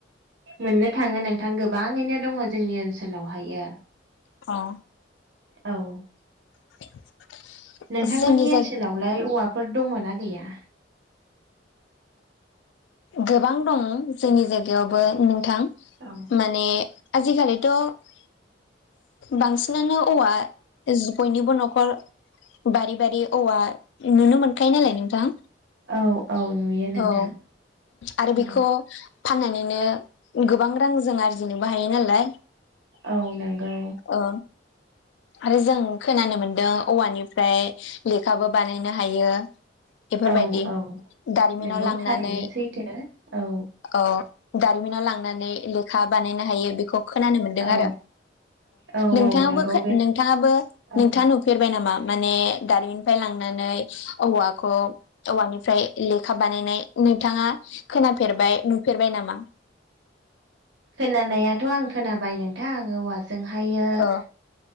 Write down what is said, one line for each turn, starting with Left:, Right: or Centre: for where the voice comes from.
Right: मोननो थाङो नोंथां गोबाङैनो दङ' जोंनि ओनसोलावहायो।
Left: औ
Right: औ
Left: <inaudible>
Right: नोंथांमोननि
Left: जोंनि जाय
Right: ओनसोलावलाय औवाफोर दङ'ना गैया?
Left: गोबां दं जोंनि जायगायावबो नोंथां।
Right: औ
Left: माने आजिखालिथ' बांसिनानो औवा बयनिबो न'खर बारि बारि औवा नुनो मोनखायो नालाय नोंथां
Right: औ औ नुयो नोंथां
Left: औ आरो बेखौ
Right: औ
Left: फाननानैनो गोबां रां जों आरजिनोबो हायो नालाय
Right: औ नंगौ
Left: ओ आरो जों खोनानो मोनदों औवानिफ्राय लेखाबो बानायनो हायो बेफोरबायदि
Right: औ औ
Left: दारिमिनाव
Right: नंगौ
Left: लांनानै
Right: थारैनो सैथो औ
Left: ओ दारिमिनाव लांनानै लेखा बानायनो हायो बेखौ खोनानो मोन्दों
Right: औ
Left: आरो
Right: औ
Left: नोंथाङाब
Right: नंगौ बे
Left: नोंथाङाबो
Right: औ
Left: नोंथाङा फेरबाय नामा माने दारिमिननिफ्राय लांनानै औवाखौ। औवानिफ्राय लेखा बानायनाय नोंथाङा खोनाफेरबाय नुफेरबाय नामा?
Right: खोनानायाथ' आं खोनाबाय नोंथां आं औवाजोंहायो ओ
Left: औ